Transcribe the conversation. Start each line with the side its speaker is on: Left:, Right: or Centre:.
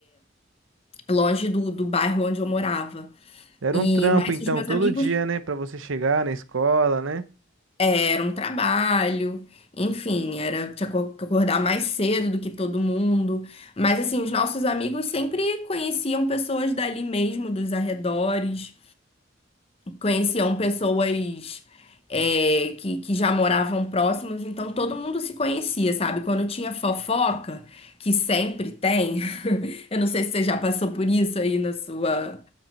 Left: Longe do, do bairro onde eu morava.
Right: Era
Left: E,
Right: um trampo,
Left: mais
Right: então,
Left: os meus
Right: todo
Left: amigos
Right: dia, né, pra você chegar na escola, né?
Left: era um trabalho, enfim, era tinha co- que acordar mais cedo do que todo mundo. Mas assim, os nossos amigos sempre conheciam pessoas dali mesmo, dos arredores, conheciam pessoas é, que, que já moravam próximos, então todo mundo se conhecia, sabe? Quando tinha fofoca, que sempre tem, <laughs> eu não sei se você já passou por isso aí na sua,